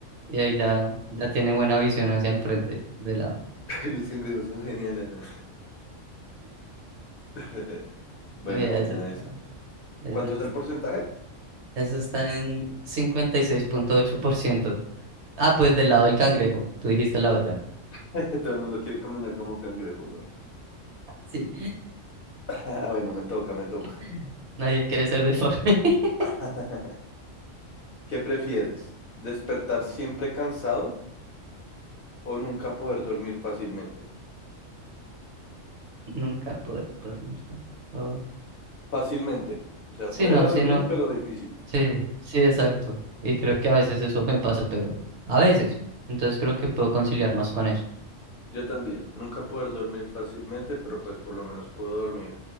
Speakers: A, on the right (about 65°); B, on the left (about 55°).
A: y ahí ya, ya tiene buena visión hacia el frente de la...
B: Los cangrejos son geniales. ¿no? <laughs> Buena,
A: Mira,
B: buena
A: eso está,
B: esa.
A: eso
B: ¿Cuánto
A: es-
B: es el porcentaje?
A: eso está en 56.8%. Ah, pues del lado del cangrejo. Tú dijiste la otra.
B: Que todo el mundo quiere caminar como cangrejo, güey.
A: Sí.
B: <laughs> Ah, Bueno, me toca, me toca.
A: <laughs> Nadie quiere ser deforme. <laughs>
B: <laughs> ¿Qué prefieres? ¿Despertar siempre cansado o nunca poder dormir fácilmente?
A: Nunca poder dormir. Oh.
B: Fácilmente. O sea,
A: Sí,
B: puede
A: no,
B: dormir,
A: sí, no.
B: pero difícil.
A: Sí, sí, exacto. Y creo que a veces eso me pasa, pero a veces. Entonces creo que puedo conciliar más con eso.
B: Yo también. Nunca poder dormir fácilmente, pero pues por lo menos puedo dormir